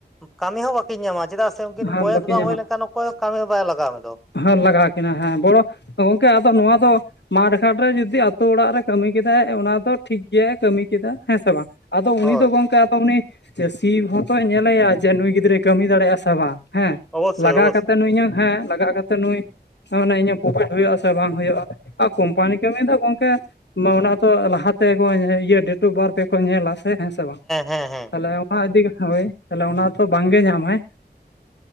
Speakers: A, in the centre; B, on the left.
A: ᱠᱟᱹᱢᱤ ᱦᱚᱸ ᱵᱟᱹᱠᱤᱱ ᱧᱟᱢᱟ, ᱪᱮᱫᱟᱜ ᱥᱮ ᱥᱮᱢ ᱠᱤᱱ
B: ᱦᱮᱸ
A: ᱵᱚᱭᱮᱥ
B: ᱵᱟᱹᱠᱤᱱ
A: ᱵᱟᱝ ᱦᱩᱭ ᱞᱮᱱᱠᱷᱟᱱ ᱚᱠᱚᱭ ᱠᱟᱹᱢᱤ ᱵᱟᱭ ᱞᱟᱜᱟᱣ ᱢᱮ ᱫᱚ᱾
B: ᱦᱟ ᱞᱟᱜᱟᱣ ᱠᱤᱱᱟ ᱦᱮ, ᱸ ᱵᱚᱲᱚ ᱜᱚᱝᱠᱮ ᱟᱫᱚ ᱱᱚᱣᱟ ᱫᱚ ᱢᱟᱴ ᱜᱷᱟᱴ ᱨᱮ ᱡᱩᱫᱤ ᱟᱛᱳ ᱚᱲᱟᱜ ᱨᱮ ᱠᱟᱹᱢᱤ ᱠᱮᱫᱟᱭ ᱚᱱᱟ ᱫᱚ ᱴᱷᱤᱠ ᱜᱮ ᱠᱟᱹᱢᱤ ᱠᱮᱫᱟ ᱦᱮᱸ ᱥᱮ ᱵᱟᱝ? ᱟᱫᱚ ᱩᱱᱤ
A: ᱦᱳᱭ
B: ᱫᱚ ᱜᱚᱝᱠᱮ ᱟ ᱩᱱᱤ ᱪᱟᱹ ᱥᱤ ᱦᱚᱛᱚᱭ ᱧᱮᱞᱮᱭᱟ ᱡᱮ ᱱᱩᱭ ᱜᱤᱫᱽᱨᱟᱹᱭ ᱠᱟᱹᱢᱤ ᱫᱟᱲᱮᱭᱟᱜᱼᱟ ᱥᱮ ᱵᱟᱝ᱾ ᱦᱮᱸ
A: ᱚᱵᱚᱥᱥᱳᱭ
B: ᱞᱟᱜᱟᱣ
A: ᱚᱵᱚᱥᱥᱳᱭ
B: ᱠᱟᱛᱮ ᱱᱩᱭᱧᱝ ᱦᱮᱸ ᱞᱟᱜᱟᱣ ᱠᱟᱛᱮ, ᱱᱩᱭ ᱢᱟᱱᱮ ᱤᱧᱟᱹᱜ ᱯᱨᱚᱯᱷᱤᱴ ᱦᱩᱭᱩᱜ ᱟᱥ ᱥᱮ ᱵᱟᱝ ᱦᱩᱭᱩᱜᱼᱟ᱾ ᱟᱨ ᱠᱳᱢᱯᱟᱱᱤ ᱠᱚ ᱢᱮᱱᱫᱟ ᱜᱚᱝᱠᱮ ᱚᱱᱟ ᱛᱚ ᱞᱟᱦᱟᱛᱮᱠᱚ ᱤᱭᱟᱹ ᱰᱮᱴ ᱚᱯᱷ ᱵᱟᱨᱛ ᱛᱮᱠᱚ ᱧᱮᱞᱟ ᱥᱮ ᱦᱳᱭ ᱦᱮᱸ ᱥᱮ ᱵᱟᱝ,
A: ᱦᱮᱸ ᱦᱮᱸ
B: ᱛᱟᱦᱚᱞᱮ ᱚᱱᱟ ᱤᱫᱤ ᱦᱳᱭ ᱛᱟᱦᱚᱞᱮ ᱚᱱᱟ ᱛᱚ ᱵᱟᱝᱜᱮ ᱧᱟᱢᱟᱭ